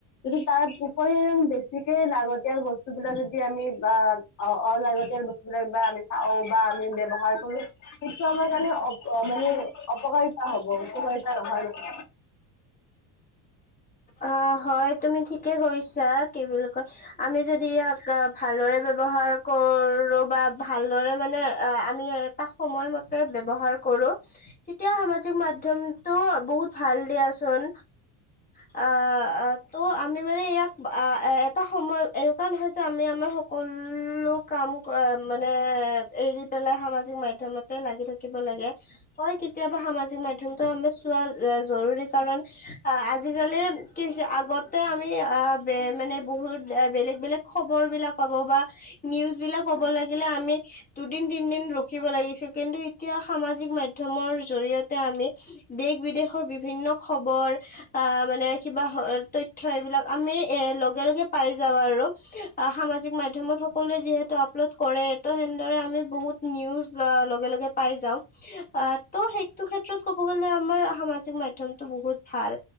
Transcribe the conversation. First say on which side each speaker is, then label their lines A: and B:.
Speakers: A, on the left (about 40°); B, on the left (about 20°).
A: যদি তাৰ উপৰিও, বেছিকে লাগতিয়াল বস্তুবিলাক, যদি আমি বা অলাগতিয়াল বস্তুবিলাক বা আমি, বা আমি ব্যৱহাৰ কৰোঁ, সেইটো আমাৰ কাৰণে অ মানে অপকাৰিতা হব। উপকাৰিতা নহয় মানে।
B: অ', হয় তুমি ঠিকে কৈছা। কি বুলি কয়, আমি যদি ইয়াক, ভালদৰে ব্যৱহাৰ কৰোঁ। বা ভালদৰে মানে, আমি এটা সময়মতে ব্যৱহাৰ, কৰোঁ, তেতিয়া সামাজিক মাধ্যমটো বহুত ভাল দিয়াচোন। আ, ত' আমি মানে ইয়াক, আহ, এ এটা সময় এনেকুৱা নহয় যে, আমি আমাৰ সকলোক। কাম মানে এৰি পেলাই, সামাজিক মাধ্য়মতে লাগি থাকিব লাগে। হয়, কেতিয়াবা সামাজিক মাধ্যতটো আমি চোৱা জৰুৰী কাৰণ, আ আজিকালি কি হৈছে, আগতে আমি আ মানে বহুত বেলেগ বেলেগ খবৰ বিলাক, পাব বা নিউজবিলাক পাব লাগিলে, আমি দুদিন-তিনিদিন ৰখিব লাগিছিল। কিন্তু, এতিয়া সামাজিক মাধ্যমৰ জৰিয়তে আমি, দেশ-বিদেশৰ বিভিন্ন খবৰ, পা মানে কিবা তথ্য এইবিলাক আমি এ লগে লগে পাই যাওঁ আৰু। সামাজিক মাধ্যমত সকলোৱে যিহেতু আপলোড কৰে। ত হেনেদৰে আমি বহুত নিউজ লগে লগে, পাই যাওঁ, আহ ত' সেইটো ক্ষেত্ৰত ক'ব গ'লে আমাৰ সামাজিক মাধ্যমতটো বহুত ভাল।